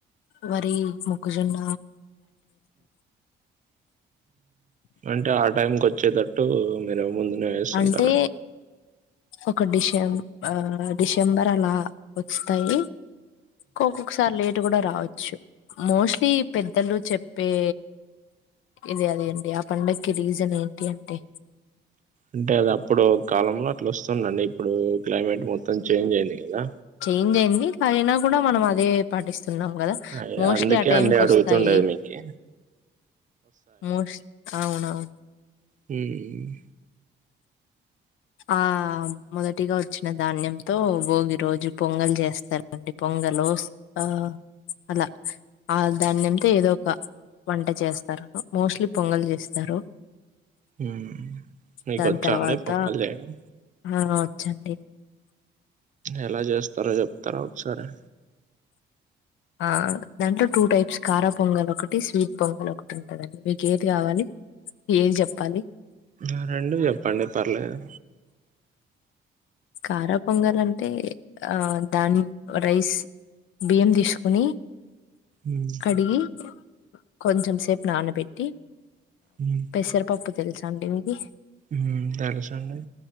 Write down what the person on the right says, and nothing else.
అంటే ఆ టైంకి వచ్చ వచ్చేతట్టు మీరు ముందునే వేస్తుంటార
అంటే అది అప్పుడు ఓ కాలంలో అట్లా వస్తుంది అండి ఇప్పుడు క్లెమేట్ మొత్తం చేంజ్ అయింది కదా
అయ్
అందుకే
అండి
అడుగుతుండేది
మీకి
మ్మ్
మ్మ్ మీకు
వచ్చా
అండి పొంగల్ చేయడం
ఎలా చేస్తారో చెప్తారా ఒకసారి
ఆ రెండు చెప్పండి పర్లేదు
మ్మ్
మ్మ్
మ్మ్ తెలుసండి